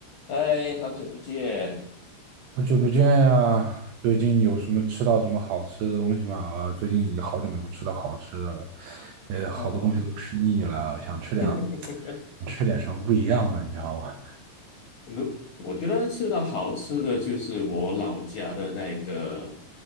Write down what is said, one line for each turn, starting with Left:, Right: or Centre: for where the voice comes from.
Left: 哎，好久不见。
Right: 好久不见呀！最近有什么吃到什么好吃的东西吗？啊，最近已经好久没有吃到好吃的了，也好多东西都吃腻了，
Left: 嗯，
Right: 想吃点，
Left: <laughs>
Right: 想吃点什么不一样的，你知道吗？
Left: 如我觉得吃到好吃的就是我老家的那个